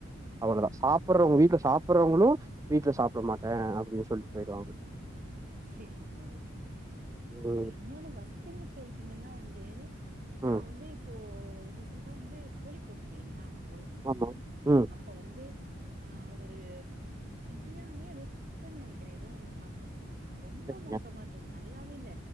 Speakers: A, on the right; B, on the right.
A: அவ்வளோதா சாப்பற உங்க வீட்ல சாப்பிறவங்களு வீட்ல சாப்பட மாட்டே அப்படின்னு சொ சொல்ட்டு போய்டுவாங்க
B: சரிங்க ஓகே ஓகே
A: ம்,
B: இன்னொன்னு வஸ்டன்னு கேட்டீங்கன்னா வந்து நா
A: ம்.
B: வந்து இப்போ ரீசென்டா வந்து கோழிகூடு இருக்குல்லீங்களா அங்க போயிருந்தோ
A: ஆமா. ம்.
B: அப் ப வந்து ஆ ஒரு பிரியாணியோ அது ஒரு சிக்கன் நெனைக்கிறே ஏதோ ஒன்ன சாப்ட்டோ ரொம்ப
A: சரிங்க.
B: மோசமா இருந்தது நல்லாவே இல்ல